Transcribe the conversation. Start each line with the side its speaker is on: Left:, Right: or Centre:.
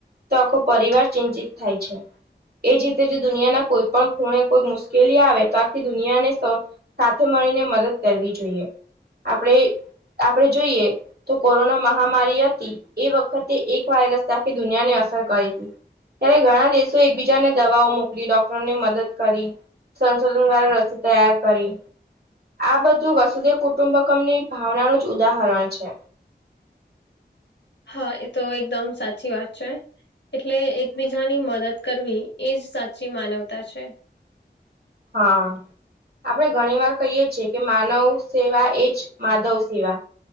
Right: તો આખો પરિવાર ચિંતિત થાય છે એ રીતે જે દુનિયાના કોઈ પણ ખૂણે કોઈ મુશ્કેલી આવે તો આખી દુનિયાને સાથે મળીને મદદ કરવી જોઈએ આપણે આપણે જોઈએ તો કોરોના મહામારી હતી એ વખતે એક વાયરસ ત દુનિયાને અસર કરે હતી ત્યારે ઘણા દેશો એકબીજાને દવાઓ મોકલી ડોક્ટરોને મદદ કરી સંશોધન દ્વારાા રસી તૈયાર કરી આ બધું વસુદેવ કુટુંબકમની ભાવનાનું જ ઉદાહરણ છે
Left: હા એ તો એકદમ સાચી વાત છે એટલે એકબીજાની મદદ કરવી એજ સાચી માનવતા છે
Right: હા આપડણે ઘણી વાર કહીય છીએ કે માનવ સેવા એજ માધવ સેવા